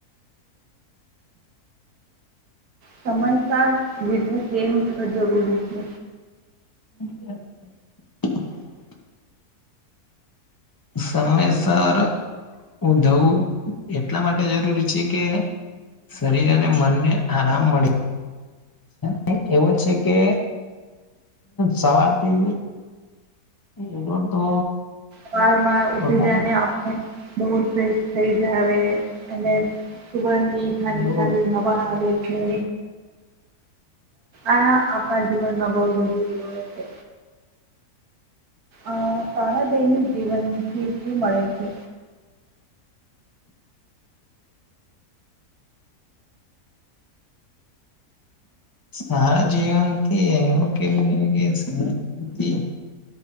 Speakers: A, on the right; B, on the left.
A: સમયસળ જીજવું કેમ જરૂરી છે?
B: <inaudible> સમયસર ઉધવું એટલા માટે જરૂરી છે કે શરીર અને મનને આરામ મળે છે. એવો છે કે સવારથી એ તો
A: વારમા ઊઠી
B: પોતાના
A: જાય ને ઓફિસ બહુજ ફ્રેશ થઈ જ આવે. અને સુવણની ઠાંડી
B: એવો
A: ઠાંડી હવા આવે છે. આ આપડા જીવનમાં બહ જરૂરી હોય છે. અહ સારા દૈનિક જીવનથી શું મળે છે?
B: સારા જીવનથી એવું કેવું છે કે <unintelligible> થી